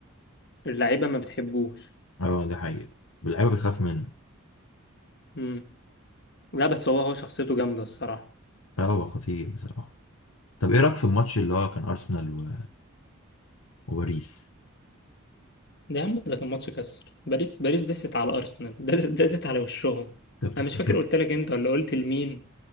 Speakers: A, on the left; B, on the left.
A: اللعيبة ما بتحبوش
B: اه ده حقيقة اللعيبة بتخاف منه
A: امم لا بس هو هو شخصيته جامدة الصراحة
B: اه هو خطير بصراحة طب ايه رأيك في الماتش اللي هو كان أرسنال و- وباريس
A: ده يا عم ده كان ماتش كسر باريس باريس دست على ارسنال <laughs> دست دست على وشهم
B: ده بتفتكر
A: انا مش فاكر قلت لك انت ولا قلت لمين